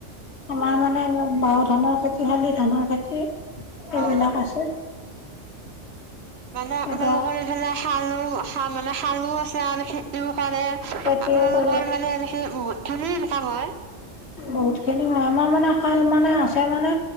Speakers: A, on the left (about 60°); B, on the right (about 60°).
A: আমাৰ
B: অ
A: মানে বাও ধানৰ খেতি শালি ধানৰ খে তি এইবিলাক
B: অ
A: আছে।
B: মানে আপোনালোকৰ
A: এতিয়া
B: এইফালে সৰু মানে সৰু আছে আৰু এই কৰে
A: খেতি
B: আপোনালোকৰ
A: কৰে
B: মানে এনেকে বহুত খিনি ইনকাম হয়।
A: বহুত খিনি হয় আমাৰ মানে শাল মানে আছে মানে